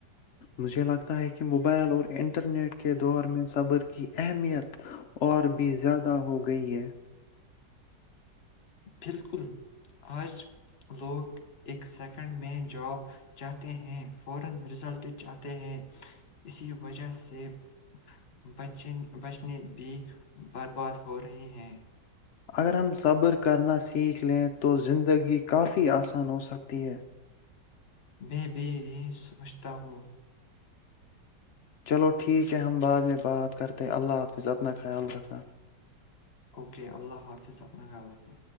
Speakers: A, on the left; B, on the left.
A: مجھے لگتا ہے کہ موبائل اور انٹرنیٹ کے دور میں صبر کی اہمیت اور بھی زیادہ ہو گئی ہے
B: <inaudible>
A: اگر ہم صبر کرنا سیکھ لیں تو زندگی کافی آسان ہو سکتی ہے
B: میں بھی یہ سوچھتا ہوں
A: چلو ٹھیک ہے ہم بعد میں بات کرتے اللہ حافظ اپنا خیال رکھنا
B: اوکے اللہ حافظ اپنا خیال رکھنا